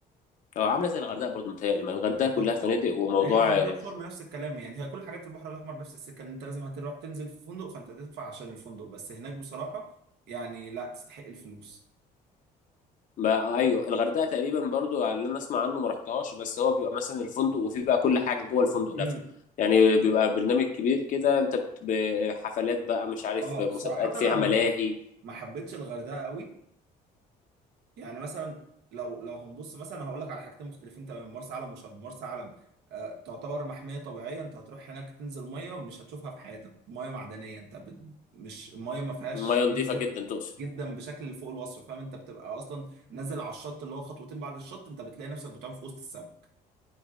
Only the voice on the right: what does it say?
بالظبط
اه
هي غردقه
وشرم نفس الكلام يعني هي كل حاجات البحر الاحمر نفس السكه ان انت لازم هتروح تنزل في فندق فانت هتدفع عشان الفندق بس هناك بصراحه يعني لا تستحق الفلوس
امم
اه
صراحه
انا
ما حب ما حبيتش الغردقه قوي يعني مثلا لو لو هنبص مثلا هقول لك على حاجتين مختلفين تماما مرسى علم وشرم مرسى علم آه، تعتبر محمية طبيعية انت هتروح هناك تنزل مية مش هتشوفها في حياتك مية معدنية انت بت... مش المية ما فيهاش
نسبة
جدا بشكل فوق الوصف فاهم انت بتبقى اصلا نازل على الشط اللي هو خطوتين بعد الشط انت بتلاقي نفسك بتعوم في وسط السمك